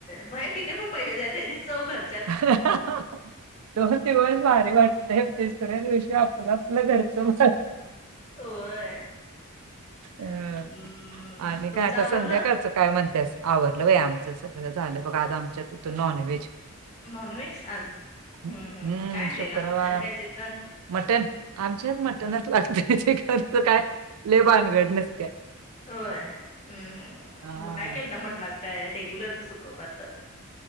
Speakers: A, on the left; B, on the right.
A: बाहेर किती पण पैशे त्या चौ घर
B: दोन दिवस भारी वाटते तिसऱ्या दिवशी आप मग आपल्या घरचं
A: होय
B: अ
A: हम्म
B: आणि
A: तुमचं
B: काय आता
A: आवरलं.
B: संध्याकाळचं काय म्हणतेस आवरलं बाई आमचं सगळं झालं बघ आता आमच्यात नॉनव्हेज
A: नॉन व्हेज आज
B: हम्म
A: ह काय आणलेलं
B: शुक्रवार
A: मटन काय चिकन?
B: मटण आमच्याच मटणच लागते त्याचे खर्च काय लय भानगड नसत्या.
A: होय हम्म
B: हा
A: म काय केलत मटणाचा काय रेग्युलरच सुकं पातळ.